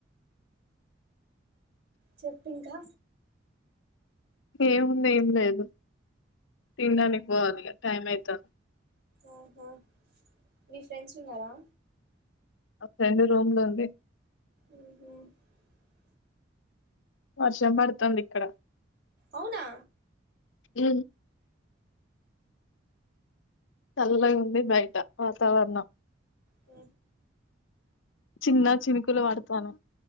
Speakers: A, on the right; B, on the left.
A: చెప్పింకా
B: ఏముంది ఏం లేదు తినడానికి పోవాలి టైం అవుతుంది
A: ఆ హ మీ ఫ్రెండ్స్ ఉన్నారా
B: నా ఫ్రెండు రూమ్ లో ఉంది
A: మ్ హ
B: వర్షం పడుతుంది ఇక్కడ
A: అవునా
B: హ చల్లగా ఉంది బయట వాతావరణం
A: అ
B: చిన్న చినుకులు వాడతాను